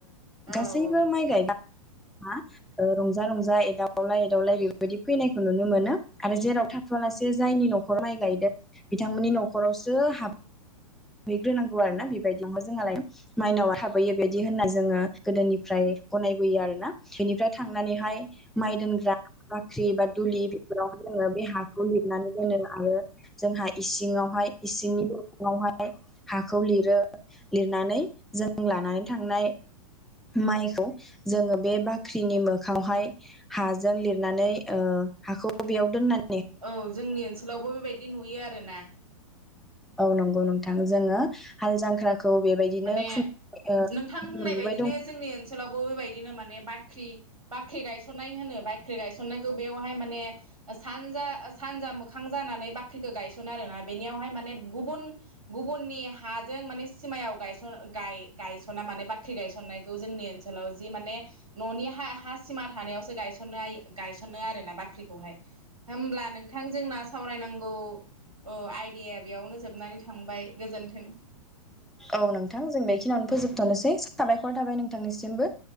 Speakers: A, on the right; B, in the centre.
A: औ
B: गासैबो
A: औ औ
B: माइ गायबा बा रंजा रंजा एदाव एदावलाय एदावलाय बेबायदि फैनायखौ नुनो मोनो आरो जेराव थाथआलासे जायनि नखराव माइ गायदों बिथांमोननि न'खराव सो हाब हैग्रोनांगौ आरो ना बेबायदियावनोहाय जोंहालाय माइनाव थाबहैयोबायदि होननाय जोङो गोदोनिफ्राय गनायबोयो आरो ना बेनिफ्राय थांनानै हाय माइ दोनग्रा बाख्रि बा दुलि बेफोराय जोङो बे हाखौ खौ लिरनानै दोनो आरो जोंहा इसिङावहाय इसिंनि <unintelligible> दावहाय। हाखौ लिरो लिरनानै जों लानानै थांनाय माइखौ जोङो बे बाख्रिनि मोखाावहाय हाजों लिरनानै हाखौ बेयाव दोननानै
A: औ जोंनि ओनसोलावबो बेबायदि नुयो आरोना।
B: औ नंगौ नोंथां जोङो हाल जांख्राखौ बेबायदिनो
A: माने
B: खुं ओ
A: नोंथां बुंनाय
B: नुबोबाय
A: बायदिनो
B: दं
A: जोंनि ओनसोलावबो बेबायदिनो माने बाख्रि बाख्रि गायसनाय होनो बाख्रि गायसननायखौ बेयावहाय माने सानजा सानजा मोखां जानानै बाख्रिखौ गायसनो आरोना बेनियावहाय माने गुबुन गुबुननि हाजों माने सिमायाव गायस गाय गायसना माने बाख्रि गायसननायखौ जोंनि ओनसोलाव जि माने न'नि हा हा सिमा थानायावसो गायसननाय गायसनो आरो ना बाख्रिखौहाय होमब्ला नोंथां जोंना सावरायनांगौ आइडिया बेयावनो जोबनानै थांबाय गोजोन्थों।
B: औ नोंथां जों बेखिनियावनो फोजोबथनोसै साबायखर थाबाय नोंथांनिसिमबो।